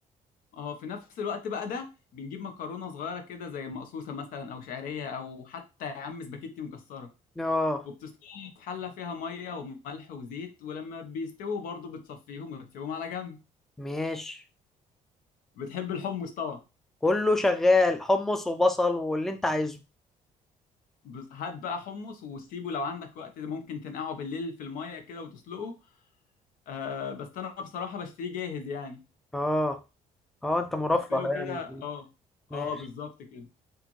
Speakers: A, on the left; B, in the centre.
A: اه في نفس الوقت بقى ده بنجيب مكرونه صغيره كده زي مقصوصه مثلا او شعريه او حتى يا عم سباكيتي مكسره
B: اه
A: وبتسلقها في حله فيها ميه وملح وزيت ولما بيستووا برضه بتصفيهم وتسيبهم على جنب
B: ماشي
A: بتحب الحمص طبعا
B: كله شغال حمص وبصل واللي انت عايزه
A: بس هات بقى حمص وسيبه لو عندك وقت ده ممكن تنقعه بالليل في الميه كده وتسلقه آه بس انا بصراحه بشتريه جاهز يعني
B: اه اه انت مرفه
A: بغسله كده
B: يعني وكده.
A: اه
B: ماشي
A: اه بالظبط كده